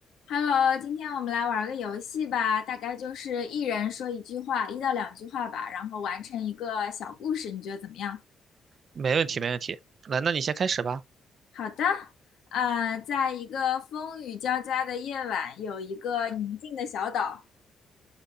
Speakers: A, on the left; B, on the right.
A: Hello，今天我们来玩个游戏吧，大概就是一人说一句话，一到两句话吧，然后完成一个小故事，你觉得怎么样？
B: 没问题，没问题。来，那你先开始吧。
A: 好的，呃，在一个风雨交加的夜晚，有一个宁静的小岛，